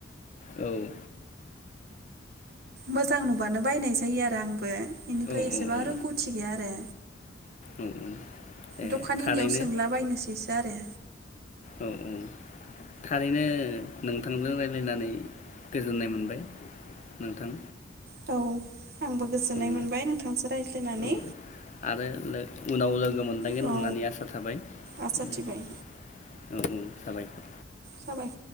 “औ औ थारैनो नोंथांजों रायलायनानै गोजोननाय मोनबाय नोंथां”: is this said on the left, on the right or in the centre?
Left